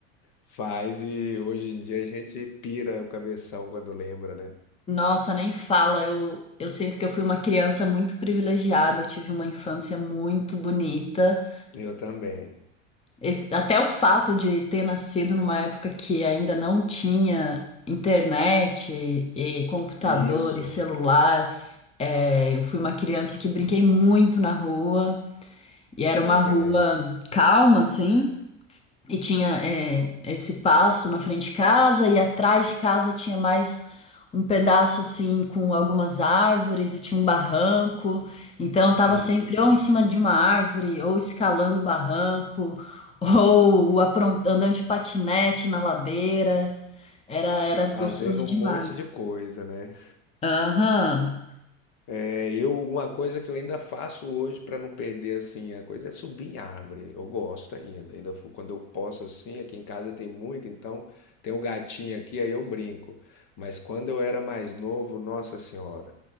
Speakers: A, on the left; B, on the left.
A: faz e hoje em dia a gente pira o cabeção quando lembra, né?
B: Nossa, nem fala. Eu, eu sinto que eu fui uma criança muito privilegiada. Eu tive uma infância muito bonita.
A: Eu também.
B: Esse- até o fato de ter nascido numa época que ainda não tinha internet e, computador
A: Isso,
B: e celular. é, eu fui uma criança que brinquei muito na rua. E era
A: eu
B: uma
A: também.
B: rua calma, assim. E tinha é, esse pasto na frente de casa, e atrás de casa tinha mais um pedaço assim com algumas árvores, e tinha um barranco. Então eu tava
A: Uhum.
B: sempre ou em cima de uma árvore, ou escalando o barranco, <laughs> ou apron- andando de patinete na ladeira. Era, era
A: Fazendo
B: gostoso
A: um
B: demais.
A: monte de coisa, né?
B: Aham,
A: É, eu, uma coisa que eu ainda faço hoje para não perder assim a coisa é subir em árvore. Eu gosto ainda, ainda fu- quando eu posso assim, aqui em casa tem muito, então tem o gatinho aqui, aí eu brinco. Mas quando eu era mais novo, nossa senhora,